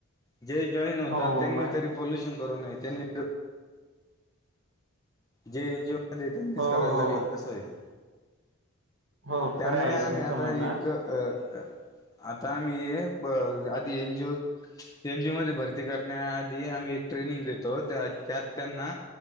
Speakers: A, on the left; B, on the right.
A: जे जॉईन होतात
B: हो हो
A: त्यांनी
B: मॅम
A: तरी पोलुशन करू नये त्यांनी जे एनजीओ वाले येतील तेच
B: हो
A: कराया
B: हो
A: लागलं तर कसं होईल
B: हो हो
A: त्यामुळे
B: खरं आहे
A: आम्ही
B: तुमचं
A: आता
B: म्हणणं
A: एक अ आता मी ये आधी एनजीओ एनजी मध्ये भरती करण्याआधी आम्ही एक ट्रेनिंग देतो त्यात त्यांना